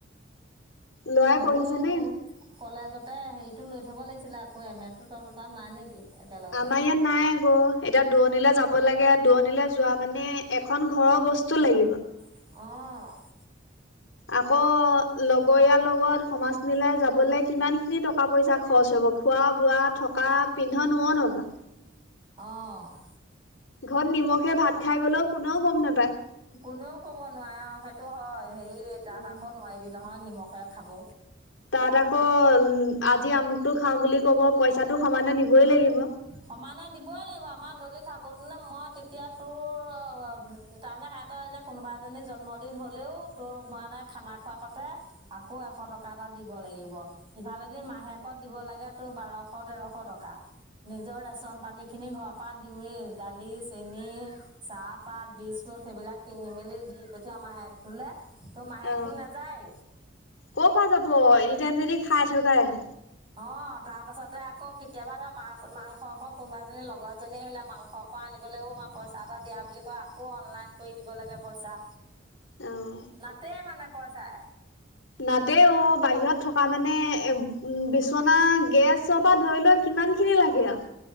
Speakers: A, on the left; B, on the right.
A: লৰাই
B: হ'লেও
A: পঢ়িছেনে?
B: কলেজতে সেৰিটো লৈ থ'ব লাগিছিলে, আকৌ এম এটো। তহঁতৰ তাত নাই নেকি? একেলগতে
A: আমাৰ ইয়াত নাই, <unintelligible> এতিয়া, দুৰণিলে যাব লাগে, দূৰণিলে যোৱা মানে, এখন ঘৰৰ বস্তু লাগিব।
B: অ'!
A: আকৌ, লগৰীয়াৰ লগত সমাজ মিলাই যাবলে, কিমান খিনি টকা পইচা খৰচ হ'ব! খোৱা-বোৱা, থকা পিন্ধন -উৰণপা।
B: অ'!
A: ঘৰত নিমখে ভাত খাই গলেও, কোনেও গম নাপায়।
B: কোনেও ক'ব নোৱাৰে, অ'! সেইটো হয়। সেৰি,
A: নাপায়।
B: তাত আকৌ, নোৱাৰিবি নহয়, নিমখে খাব।
A: তাত আকৌ, আজি আমুকটো খাওঁ বুলি ক'ব, পইচাটো সমানে দিবই লাগিব।
B: সমানে দিবই লাগিব। আমাৰ <unintelligible> থাকোঁতে নে, মই তেতিয়া তোৰ, অ' তাৰমানে সেহঁতৰ এতিয়া, কোনোবা এজনী জন্মদিন হ'লেও, তোৰ মানে, খানা খোৱা পাতে আকৌ, এশ টকা এটা দিব লাগিব। ইফালে যদি, মাহেকত দিব লাগে, তোৰ বাৰশ- তেৰশ টকা। নিজৰ ৰেচন পাতিখিনি ঘৰৰ পৰা দিওঁৱেই, দালি, চেনি, চাহপাত, বিস্কুট, সেইবিলাক কিনি মেলি দি পঠিয়াও, মাহেকটোলে। তোৰ মাহেকটো
A: অ
B: নাযায়।
A: ক'ৰ পৰা যাব, এনি টাইম যদি খাই থকাই।
B: অ'! তাৰপাছতে আকৌ, কেতিয়াবা ধৰ, মাছ-মাংস অকন কোনোবা এজনী, লগৰ এজনী আহিলে, মাংস স আনিবলও <unintelligible> পইচা এটা দিয়া বুলি কয়। আকৌ, অনলাইন কৰি দিব লাগে, পইচা।
A: <inaudible> অ',
B: নাতে মানে পইচাই।
A: নাতে অ'! বাহিৰত থকা মানে, এ, বিচনা, গেছ পৰা ধৰি লৈ কিমান খিনি লাগে আৰু?